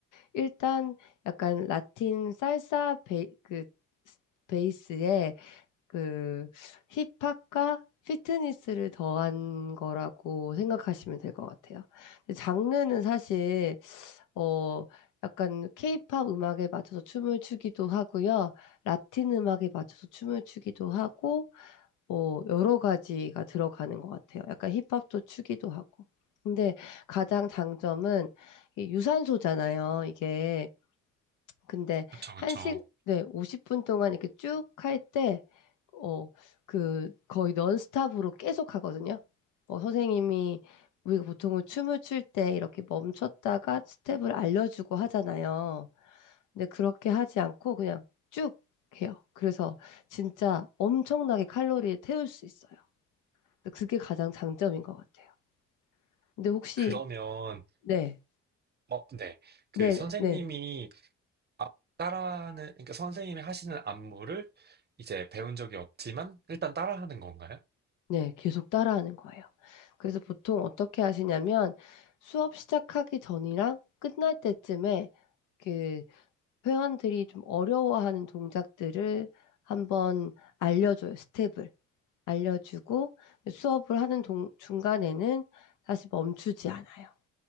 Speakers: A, on the left; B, on the right.
A: 일단 약간 라틴 살사 베, 그, 베이스에 그 힙합과 피트니스를 더한 거라고 생각하시면 될 것 같아요. 근데 장르는 사실 어 약간 케이팝 음악에 맞춰서 춤을 추기도 하고요. 라틴 음악에 맞춰서 춤을 추기도 하고 어 여러 가지가 들어가는 것 같아요. 약간 힙합도 추기도 하고. 근데 가장 장점은 이게 유산소잖아요. 이게 근데
B: 그쵸, 그쵸.
A: 한 시, 네, 50분 동안 이렇게 쭉 할 때, 어, 그 거의 넌스탑으로 계속 하거든요. 어, 선생님이 우리가 보통은 춤을 출 때 이렇게 멈췄다가 스텝을 알려주고 하잖아요. 근데 그렇게 하지 않고 그냥 쭉 해요. 그래서 진짜 엄청나게 칼로리를 태울 수 있어요. 근데 그게 가장 장점인 것 같아요. 근데 혹시,
B: 그러면,
A: 네,
B: 어, 네. 그
A: 네,
B: 선생님이
A: 네.
B: 아, 따라하는, 그러니까 선생님이 하시는 안무를 이제 배운 적이 없지만, 일단 따라하는 건가요?
A: 네, 계속 따라하는 거예요. 그래서 보통 어떻게 하시냐면 수업 시작하기 전이랑 끝날 때쯤에 그 회원들이 좀 어려워하는 동작들을 한번 알려줘요. 스텝을 알려주고 수업을 하는 동- 중간에는 다시 멈추지 않아요.